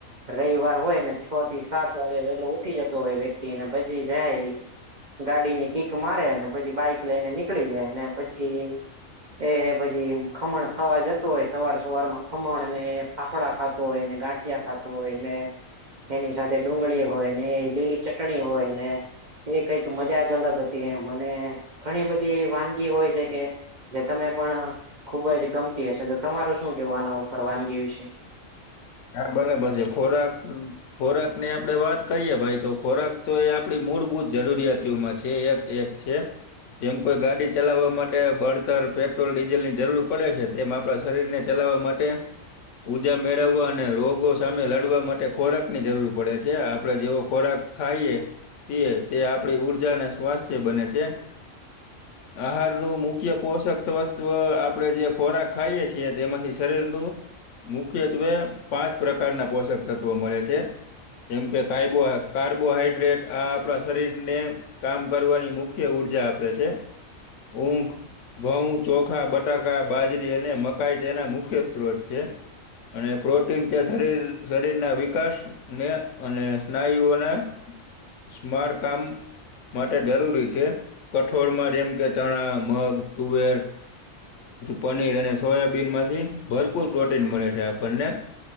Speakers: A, on the right; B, on the left.
A: રવિવાર હોય ને છે, થી સાત વાગે વહેલો ઉઠી જતો હોય વ્યક્તિને ભચી જાય એ... ગાડીની કીક મારે ને પછી બાઈક લઈને નીકળી જાય ને પછી... એ પછી ખમણ ખાવા જતું હોય સવાર સવારમાં ખમણ ને? ફાફડા ખાતો હોય ને ગાંઠિયા ખાતો હોય ને? એની સાથે ડુંગળી હોય ને એ લીલી ચટણી હોય ને એ કઈક મજા જ અલગ હતી.. ત્યા મને ઘણી બધી એ વાનગી હોય છે કે... જે તમે પણ ખુબ જ ગમતી હશે તો તમાર શું કેવું આના ઉપર વાનગી વિશે...
B: હા, મને મસે ખોરાક... ખોરાકની આપણે કરીએ તો ખોરાક તો એ આપણી મૂળભૂત જરૂરિયાતીઓમાં છે એક-એક <unintelligible> જેમ કોઈ ગાડી ચલાવવા માટે ભણતર પેટ્રોલ ડીઝલની જરૂર પડે છે, તેમ આપણા શરીર ને ચલાવવા માટે... ઉજા મેળવવા... રોગો સામે લડવા માટે ખોરાકની જરૂર પડે છે, આપડે જેવો ખોરાક ખાઈએ. પીએ આપણી સ્વાસ્થ્ય બને છે.
A: <inaudible>
B: આહારનું મુખ્ય પોષક વસ્તવ આપણેે જે ખોરાક ખાઈએ છીએ તેમાંથી શરીરનું મુખ્યત્વે પાંચ પ્રકારના પોષક તત્વો મળે છે. જેમ કે <inaudible> કાર્બોહાઈડ્રેટ આ આપણા શરીરને... કામ કરવાની મુખ્ય ઊર્જા આપે છે, ઊંઘ... ઘઉં ચોખા બટાકા બાજરી અને મકાઈ તેના મુખ્ય સ્ત્રોત છે. અને પ્રો શરીરના વિકાસ ને અને સ્નાયુઓના... સુમાર કામ... માટે જરૂરી છે, કઠોળમાં જેમ કે ચણા, મગ, તુવેર... પનીર અને સોયાબીનમાંથી ભરપૂર પ્રોટીન મળે છે આપણને...